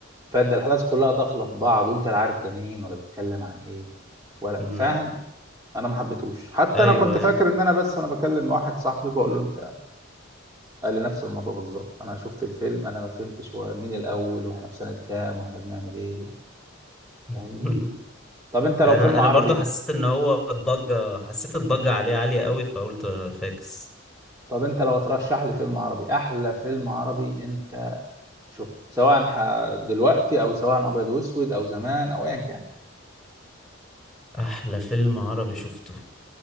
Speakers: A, on the right (about 15°); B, in the centre.
A: فده الاحداث كلها داخله في بعض وانت لا عارف ده مين ولا بيتكلم عن ايه ولا
B: مم.
A: فاهم انا ما حبيتهوش حتى
B: ايوه
A: انا كنت
B: ايوه
A: فاكر ان انا بس انا بكلم واحد صاحبي بقول له انت قال لي نفس الموضوع بالظبط انا شفت الفيلم انا ما فهمتش هو مين الاول واحنا في سنة كام واحنا بنعمل ايه وال-
B: <laughs>
A: فاهمني طب انت لو
B: انا
A: فيلم
B: انا
A: عربي
B: برضو حسيت ان هو الضجة حسيت الضجة عليه عالية قوي فقلت فاكس
A: طب انت لو ترشح لي فيلم عربي احلى فيلم عربي انت شفته سواء ح- دلوقتي او سواء ابيض واسود او زمان او ايا كان
B: احلى فيلم عربي شفته